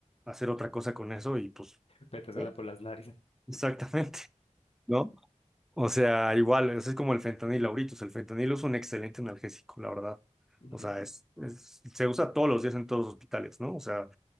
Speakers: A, in the centre; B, on the left (about 50°).
A: hacer otra cosa con eso y pues
B: metérsela
A: bueno,
B: por las narices.
A: <laughs> exactamente, ¿no? O sea, igual, eso es como el fentanilo ahorita. O sea, el fentanilo es un excelente analgésico, la verdad.
B: <laughs>
A: O sea, es, es- se usa todos los días en todos los hospitales, ¿no? O sea,